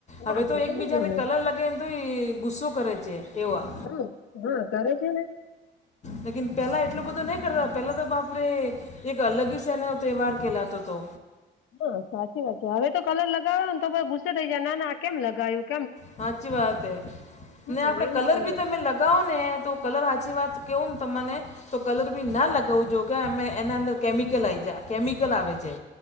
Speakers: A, on the left; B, on the left.
A: હા
B: હવે તો
A: એ
B: એક
A: નઈ
B: બીજાને
A: ગમે
B: કલર લગે તો એ ગુસ્સો કરે છે એવા
A: હા હા ઘરે છે ને
B: લેન પેલા એટલું બધું નહી કરતા પેલા તો બાપરેે એક અલગીશ એનો ત્યવવાહાર કેલા તો તો
A: હા સાચી વાત છે હવે તો કલર લગાવો ને તો ગુસ્સે થઇ જાય ના ના કેમ લગાવ્યું
B: સાચી વાત હ
A: હમ
B: ને આપડે
A: એવું
B: કલર
A: જ કરે
B: ભી તમે લગાવો ને તો કલર હચી વાત કેહવું ને તને તો કલર બી ના લગાવ જોો અમે એના અંદર કેમિકલ આ આવી જાય કેમિકલ આવે છે